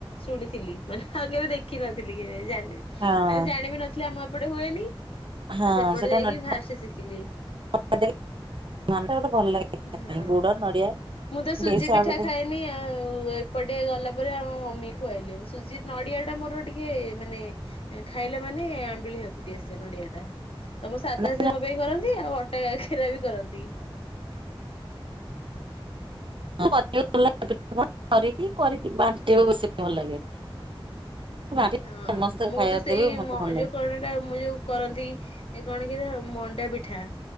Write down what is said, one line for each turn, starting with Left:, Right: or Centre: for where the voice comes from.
Left: ଶୁଣିଥିଲି ମାନେ ଆଉ କେବେ ଦେଖିନଥିଲି କେବେ ଜାଣିବି ମାନେ
Right: ହଁ
Left: ଜାଣିବି ନଥିଲି। ଆମ ଏପଟେ ହୁଏନି
Right: ହଁ
Left: ଆ ସେପଟେ
Right: ସେଟା
Left: ଯାଇକି
Right: ନଡିଆ
Left: ଫାଷ୍ଟ ଶିଖିଲି।
Right: <unintelligible> ଗୋଟେ ଭଲ ଲାଗେ। ଖାଇବା
Left: ହଁ
Right: ପାଇଁ ଗୁଡ ନଡିଆ
Left: ମୁଁ ତ ସୁଜି
Right: ବିଟ
Left: ପିଠା
Right: ଆଳୁ
Left: ଖାଇନି ଆଉ ଏପଟେ ଗଲା ପରେ ଆ ମମି ଖୁଆଇଲେ ସୁଜି ନଡିଆ ଟା ମୋର ଟିକେ ମାନେ ଖାଇଲା ମାନେ ଆମ୍ବିଲୀ ହାକୁଡ଼ି ଆସେ ନଡିଆ ଟା ତ ମୋ
Right: ଦେଇକି
Left: ସାଧା ସେ ମୋ ପାଇଁ କରନ୍ତି ଆଉ ଅଟା କାକେରା ବି କରନ୍ତି।
Right: କରିକି କରିକି ବାଣ୍ଟିବାକୁ ବେସି ଭଲ ଲାଗେ। ବାଣ୍ଟି
Left: ହଁ
Right: ସମସ୍ତେ
Left: ମୁଁ
Right: ଖାଇବାକୁ
Left: ତ ସେଇ
Right: ଦେବି ମତେ ଭଲ ଲାଗେ
Left: ଯୋଉ କଣ ଟା ମୁଁ ଯୋଉ କରନ୍ତି କଣ କି ଏରା ମ ମଣ୍ଡା ପିଠା